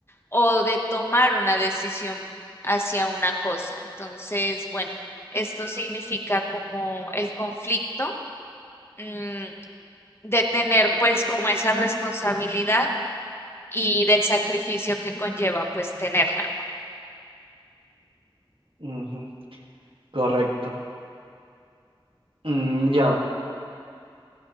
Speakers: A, on the left; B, on the right.
A: o de tomar una decisión hacia una cosa. Entonces, bueno, esto significa como el conflicto, mm, de tener pues como esa responsabilidad y del sacrificio que conlleva pues tenerla, ¿no?
B: Ujú, correcto. Mm, ya.